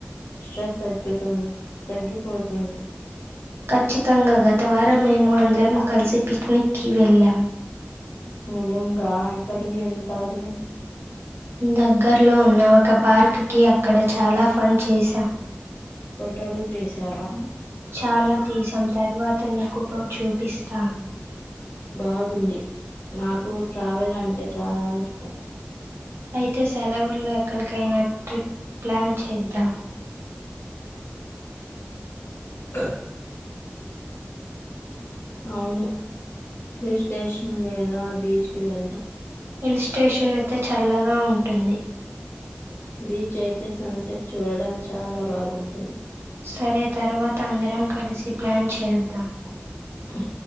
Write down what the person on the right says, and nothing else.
ఖచ్చితంగా గత వారం మేము అందరం కలిసి పిక్నిక్కిి వెళ్ళాం
దగ్గర్లో ఉన్న ఒక పార్క్ కి అక్కడ చాలా పని చేసాం
చాలా తీసాం తర్వాత నీకు కూడా చూపి పిస్తాన్
అయితే సెలవుల్లో ఎక్కడికైనా ట్రిప్ ప్లాన్ చేద్దాం
హిల్ స్టేషన్ అయితే చల్లగా ఉంటుంది
సరే తర్వాత అందరం కలిసి ప్లాన్ చేద్దాం